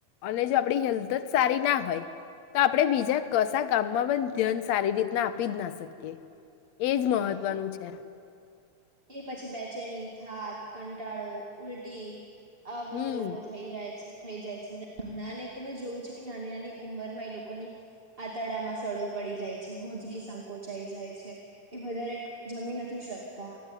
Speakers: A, on the left (about 70°); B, on the right (about 20°).
A: અને જો આપણી હેલ્થ જ સારી ના હોય તો આપણે બીજા કશા કામમાં પણ ધ્યાન સારી રીતના આપી જ ના શકીએ એજ મહત્વનું
B: હા
A: છે
B: એ પછી બેચેની થાક કંટાળો ઉલટી આવા બધા
A: હમ
B: રોગો થઈ રહ્યા છે થઈ જાય છે અને ઘણાને તો મેં જોવું છે કે નાની નાની ઉંમરમાં એ લોકોની આંતડામાં સડો પડી જાય છે હોજરી સંકોચાઈ જાય છે એ વધારે જમી નથી શક તા